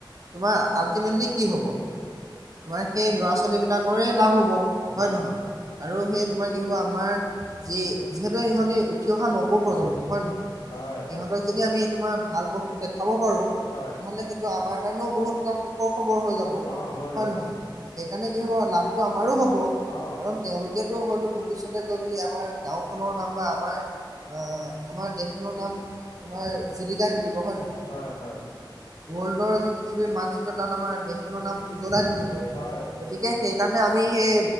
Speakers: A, on the right; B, on the left.
A: তোমাৰ আল্টিমেটলি কি হ'ব তোমাৰ সেই ল'ৰা-ছোৱালীবিলাকৰেই লাভ হ'ব হয় নহয় আৰু সেই তোমাৰ কিহ'ব আমাৰ যি যিহেতু সিহঁতি উঠি অহা নৱ প্ৰজন্ম হয় নহয়
B: হয়,
A: সিহঁতক
B: হয়,
A: যদি আমি তোমাৰ ভাল পথটো দেখাব পাৰো
B: হয়,
A: তেনেহ'লে সেইটো আমাৰ কাৰণেও বহুত এটা সুখৰ খবৰ হৈ যাব ন
B: অহ, হৈ
A: হয়
B: যাব,
A: নহয় সেইকাৰণে কি হ'ব লাভটো আমাৰো হ'ব।
B: অ।
A: তেওঁলোকেটো হয়তো ভৱিষ্যতে গৈ মেলি আমাৰ গাঁওখনৰ নাম বা আমাৰ এ আমাৰ দেশখনৰ নাম তোমাৰ জিলিকাই তুলিব হয় নহয়?
B: হয় হয়।
A: ৱৰ্ল্ডৰ যি পৃথিৱীৰ মানচিত্ৰ তাত আমাৰ দেশখনৰ নাম উজলাই তুলিব গতিকে
B: হয়,
A: সেইকাৰণে আমি সেই